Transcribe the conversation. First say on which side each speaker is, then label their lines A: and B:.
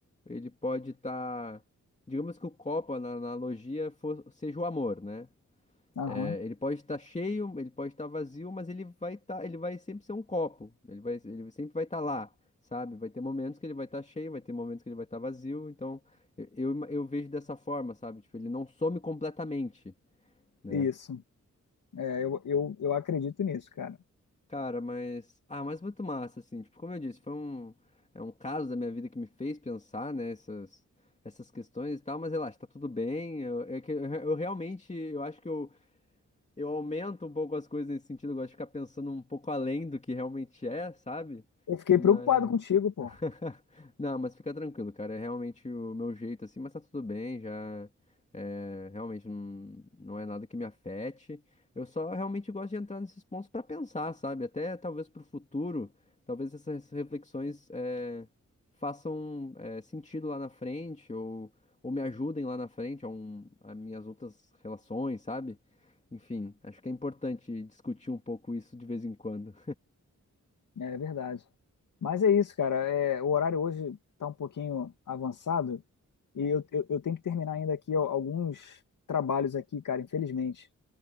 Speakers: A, on the left; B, on the left.
A: ele pode estar, digamos que o copo, na na analogia, fo- seja o amor, né?
B: Aham,
A: É, Ele pode estar cheio, ele pode estar vazio, mas ele vai estar, ele vai sempre ser um copo. Ele vai, ele sempre vai estar lá, sabe? Vai ter momentos que ele vai estar cheio, vai ter momentos que ele vai estar vazio. Então, eu, eu, ima- eu vejo dessa forma, sabe? Tipo, ele não some completamente, né?
B: isso. É, eu, eu, eu acredito nisso, cara.
A: Cara, mas. Ah, mas muito massa, assim. Tipo, como eu disse, foi um, é um caso da minha vida que me fez pensar nessas, essas essas questões e tal, mas relaxa, tá tudo bem. Eu, é que eu, eu realmente, eu acho que eu. eu aumento um pouco as coisas nesse sentido, eu gosto de ficar pensando um pouco além do que realmente é, sabe?
B: Eu fiquei
A: Mas
B: preocupado contigo, pô.
A: <laughs> Não, mas fica tranquilo, cara. É realmente o meu jeito, assim, mas tá tudo bem, já. é, realmente não, não é nada que me afete. Eu só realmente gosto de entrar nesses pontos pra pensar, sabe? Até talvez pro futuro, talvez essas reflexões é, façam é, sentido lá na frente ou, ou me ajudem lá na frente a, um, a minhas outras relações, sabe? Enfim, acho que é importante discutir um pouco isso de vez em quando.
B: É verdade. Mas é isso, cara. É, o horário hoje tá um pouquinho avançado e eu, eu, eu tenho que terminar ainda aqui al- alguns trabalhos aqui, cara, infelizmente.